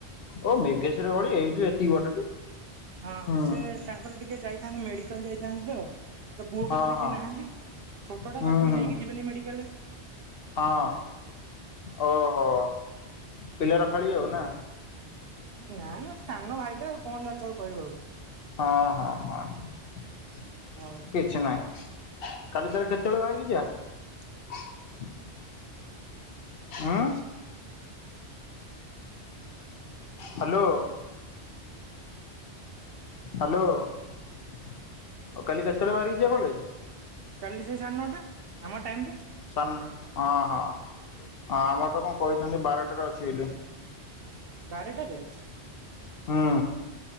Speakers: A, on the left; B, on the right.
A: ଓ ମେଘେଶ୍ୱର ଗଳି ଏଇଠୁ ଏତିକି ବାଟଟି।
B: ହଁ
A: ହୁଁ
B: ସେ ତାଙ୍କର ଟିକେ ଯାଇଥାନ୍ତେ ମେଡ଼ିକାଲ୍ ଯାଇଥାନ୍ତେ ତ ପୁଅ
A: ହଁ
B: କତିରେ
A: ହଁ
B: କିଏ ନାହାନ୍ତି ଛୋଟ ଟା
A: ହୁଁ
B: ତାକୁ ବି
A: ହୁଁ
B: ନେଇକି ଯିବେନି ମେଡିକାଲ
A: ହଁ ଓହୋ ପିଲା ରଖାଳି ଆଉ ନା?
B: ନା ନା ସାନ ଭାଇଟା ଆଉ କଣ ତାକୁ ଆଉ କହିବ ଆଉ।
A: ହଁ, ହଁ, ହଁ,
B: ହଉ
A: କିଛି ନାହିଁ। କାଲି ତାହାଲେ କେତେବେଳେ ବାହାରିକି ଯିବା। ହୁଁ। ହାଲୋ। ହାଲୋ ଆଉ କାଲି କେତଳେ ବାହାରିକି ଯିବା କଲେଜ୍?
B: କାଲି ସେ ସାଢ଼େନଅଟା ଆମ ଟାଇମ୍ ରେ।
A: ସାନ ହଁ ହଁ ହଁ ଆମର ତ କଣ କହିଛନ୍ତି ବାରଟାରେ ଅଛି ବୋଲି।
B: ବାରଟାରେ
A: ହୁଁ